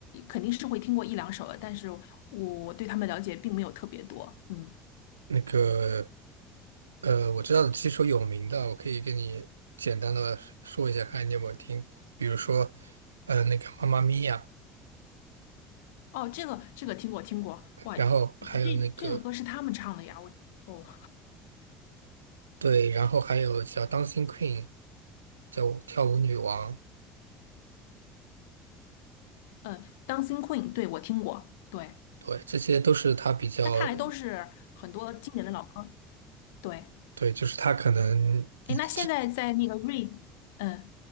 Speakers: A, on the left; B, on the right.
A: 肯定是会听过一两首的，但是我对他们了解并没有特别多。嗯，
B: 那个。呃，我知道的几首有名的，我可以跟你简单的说一下，看你有没有听过。比如说，呃，那个《妈妈咪呀》，
A: 哦，这个这个听过听过，哇，
B: 然后还有那个
A: 这这个歌是他们唱的呀，我哦，
B: 对，然后还有叫《当心 Queen》，叫跳舞女王，
A: 嗯，Dancing Queen，对，我听过，对，
B: 对，这些都是他比较
A: 那看来都是很多经典的老歌，对，
B: 对，就是他可能一直，
A: 诶，那现在在那个瑞，嗯。